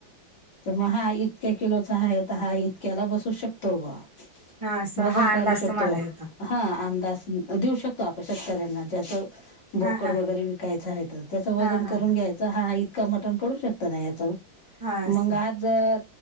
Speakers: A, on the left; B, on the right.
A: तर मग हा इ इतक्या किलोचा आहे तर हा इतक्याला बसू शकतो बा
B: हा असं
A: वजन
B: हा अंदाज
A: काढू शकतो
B: तुम्हाला येतो
A: हा अंदाज देऊ शकतो आपण शेतकऱ्यांना ज्याच
B: हा
A: बोकड
B: हा
A: वगैरे विकायचं आहे तर त्याचं वजन
B: हा हा
A: करून घ्यायचं हाा इतका मटण पडू शकतो ना याचं
B: हा असं
A: मंग हा जर